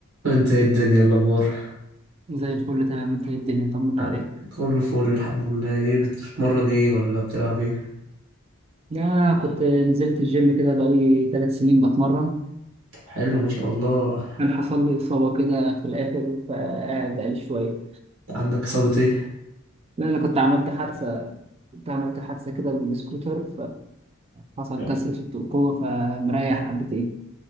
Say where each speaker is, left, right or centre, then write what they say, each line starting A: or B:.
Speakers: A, on the right; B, on the right.
A: انت ايه الدنيا الاخبار
B: زي الفل تمام انت ايه الدنيا طمنا
A: آه،
B: عليك
A: كله فول الحمد لله ايه بتتمرن ايه ولا بتلعب ايه
B: لا كنت نزلت الجيم كده بقالي ثلاث سنين بتمرن
A: طب حلو ما شاء الله
B: كان حصل لي إصابة كده في الآخر فقاعد بقالي شوية
A: عندك اصابة ايه
B: لا أنا كنت عملت حادثة كنت عملت حادثة كده بالسكوتر فحصل
A: لا.
B: كسر في القوة فمريح حبتين